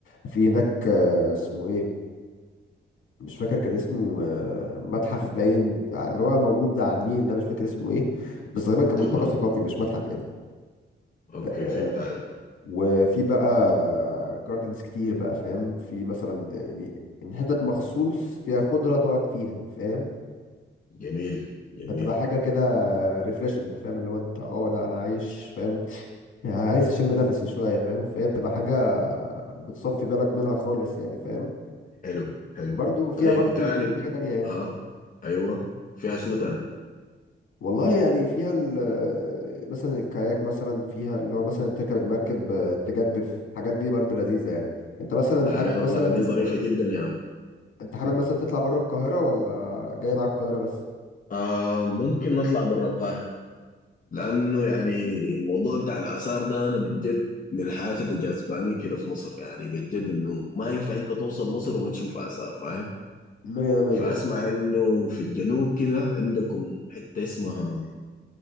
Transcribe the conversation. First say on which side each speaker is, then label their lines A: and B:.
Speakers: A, on the left (about 75°); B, on the left (about 40°).
A: في هناك آه، اسمه ايه مش فاكر كان اسمه آه، متحف باين بتاع اللي هو موجود على النيل ده مش فاكر اسمه ايه بس غالبا كان
B: تمام
A: ملتقى ثقافي مش متحف يعني
B: اوكي
A: آه،
B: فهمت عليك
A: وفي بقى جاردنز كتير بقى فاهم في مثلا يعني إن حتت مخصوص فيها خضرة تقعد فيها فاهم
B: جميل جميل
A: هتبقى حاجة كده ريفريشنج فاهم اللي هو انت اه لا انا عايش فاهم يعني عايز اشم نفسي شوية فاهم فهي بتبقى حاجة بتصفي بالك منها خالص يعني فاهم
B: حلو حلو
A: وبرده فيها
B: طيب
A: برده
B: وتاني
A: كذا حاجة تانية
B: ها ايوه فيها شنو تاني
A: والله يعني فيها ال مثلا الكاياك مثلا فيها اللي هو مثلا تركب المركب آه، تجدف الحاجات دي برضه لذيذة يعني انت مثلا
B: آه،
A: حابب
B: اي أيوة والله
A: مثلا
B: دي ظريفة جدا يا عم
A: انت حابب مثلا تطلع بره القاهرة ولا جاي معاك القاهرة بس
B: آه ممكن نطلع برا القاهرة لأنه يعني الموضوع بتاع الآثار ده أنا بجد من الحاجات اللي جذباني كده في مصر يعني بجد إنه ما ينفع أنت توصل مصر وما تشوف آثار فاهم
A: مية مية
B: فأسمع إنه في الجنوب كده عندكم حتة اسمها